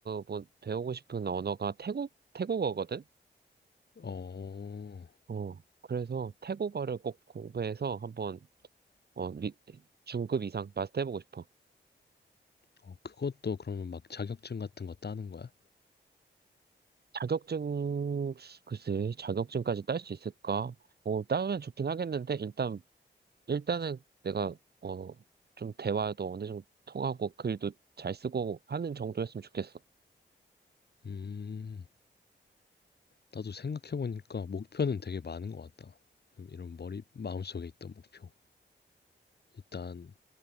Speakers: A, on the right; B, on the left.
A: 뭐, 배우고 싶은 언어가 태국 태국어거든.
B: 어,
A: 어 그래서 태국어를 꼭 공부해서 한번 어 리- 중급 이상 마스터해보고 싶어.
B: 어, 그것도 그러면 막 자격증 같은 거 따는 거야?
A: 자격증 글쎄 자격증까지 딸 수 있을까? 어 따면 좋긴 하겠는데 일단 일단은 내가 어 좀 대화도 어느 정도 통하고 글도 잘 쓰고 하는 정도였으면 좋겠어.
B: 음. 나도 생각해보니까 목표는 되게 많은 것 같다. 좀 이런 머리, 마음속에 있던 목표. 일단